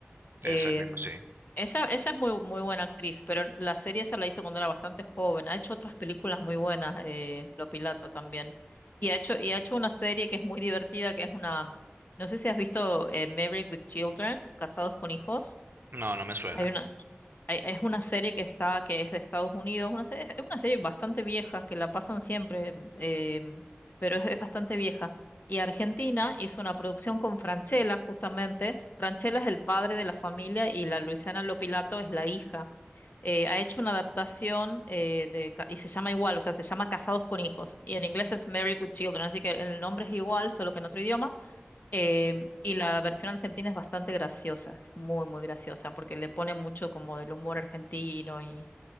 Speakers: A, on the right (about 60°); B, on the left (about 50°).
A: de
B: Em,
A: ese mismo, sí.
B: ella, ella es muy, muy buena actriz, pero la serie esa la hizo cuando era bastante joven. Ha hecho otras películas muy buenas, eh, Lo Pilato también. Y ha hecho, y ha hecho una serie que es muy divertida, que es una, no sé si has visto eh, Married with Children, Casados con Hijos.
A: No, no me suena.
B: Hay una, e- Es una serie que está, que es de Estados Unidos, una serie, es una serie bastante vieja, que la pasan siempre, em, pero es, es bastante vieja. Y Argentina hizo una producción con Franchella, justamente. Franchella es el padre de la familia y la Luisiana Lopilato es la hija. Eh, ha hecho una adaptación eh, de, ca- y se llama igual, o sea, se llama Casados con Hijos. Y en inglés es Married with Children, así que el nombre es igual, solo que en otro idioma Em, y la versión argentina es bastante graciosa, es muy, muy graciosa, porque le pone mucho como del humor argentino y